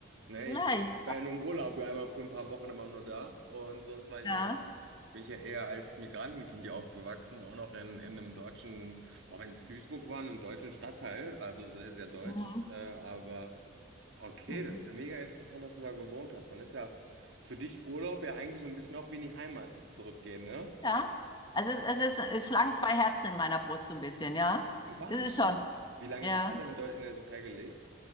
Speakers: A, on the right (about 75°); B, on the left (about 20°).
A: Ne,
B: Vielleicht,
A: ich bin- war ja nur im Urlaub, war einmal für ein paar Wochen immer nur da und sonst war ich
B: ja.
A: ja, bin ich ja eher als Migrantenkind hier aufgewachsen, auch noch in, in einem deutschen, auch wenn es Duisburg war, in einem deutschen Stadtteil, also sehr, sehr deutsch.
B: Mhm.
A: Äh, aber okay,
B: Mhm.
A: das ist ja mega interessant, dass du da gewohnt hast. Dann ist ja für dich Urlaub ja eigentlich so ein bisschen auch wie in die Heimat zurückgehen, ne?
B: Ja. Also es, es ist, es schlagen zwei Herzen in meiner Brust so ein bisschen, ja.
A: Wahnsinn.
B: Es ist schon,
A: Wie lange
B: ja.
A: habt ihr dann in Deu- in der Türkei gelebt?